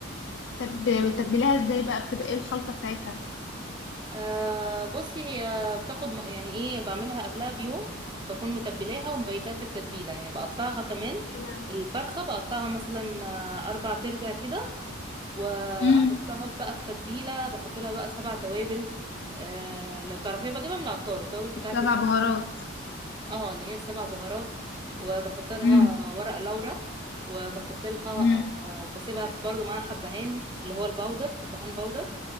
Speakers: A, on the left; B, on the right.
A: طب بتتبليها ازاي بقى بتبقى ايه الخلطه بتاعتها
B: أه بصي هي بتاخد م- يعني ايه بعملها قبلها بيوم بكون متبلاها ومبيتها في التتبيله يعني بقطعها كمان
A: ايه ده
B: الفرخه بقطعها مثلا آه، اربع تربع كده واحطها
A: امم
B: في- بقى في تتبيله بحط لها بقى سبع توابل أه لو تعرفيها بجيبها من العطار التوابل بتاعتي
A: السبع
B: كلها
A: بهارات
B: اه اللي هي السبع بهارات وبحط لها
A: امم
B: ورق لورا وبحط لها
A: امم
B: آه، بسيبها في برضو معاها حبهان اللي هو الباودر حبهان باودر